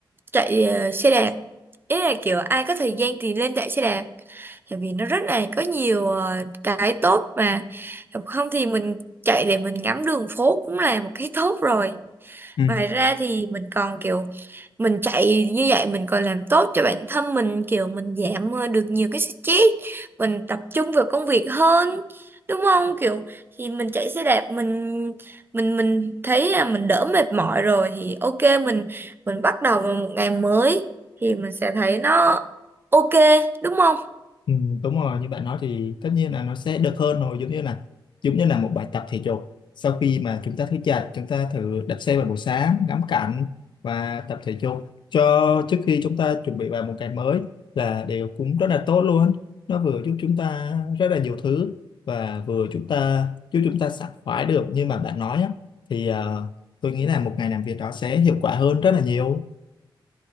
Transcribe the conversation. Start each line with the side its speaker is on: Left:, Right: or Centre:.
Right: chạy ờ, xe đạp. Ý là kiểu ai có thời gian thì lên chạy xe đạp. Tại vì nó rất là có nhiều ờ, cái tốt mà. Không thì mình chạy để mình ngắm đường phố cũng là một cái tốt rồi
Left: Ừ.
Right: ngoài ra thì mình còn kiểu mình chạy như vậy mình còn làm tốt cho bản thân mình kiểu mình giảm ờ, được nhiều cái stress mình tập trung vào công việc hơn đúng không kiểu thì mình chạy xe đạp mình mình mình thấy là mình đỡ mệt mỏi rồi thì ok mình mình bắt đầu vào một ngày mới thì mình sẽ thấy nó ok đúng không
Left: Ừ, đúng rồi như bạn nói thì tất nhiên là nó sẽ được hơn rồi giống như là giống như là một bài tập thể dục sau khi mà chúng ta thức dậy chúng ta thử đạp xe vào buổi sáng ngắm cảnh và tập thể dục cho trước khi chúng ta chuẩn bị vào một ngày mới là đều cũng rất là tốt luôn nó vừa giúp chúng ta rất là nhiều thứ và vừa chúng ta giúp chúng ta sảng khoái được như mà bạn nói á thì ờ, tôi nghĩ là một ngày làm việc đó sẽ hiệu quả hơn rất là nhiều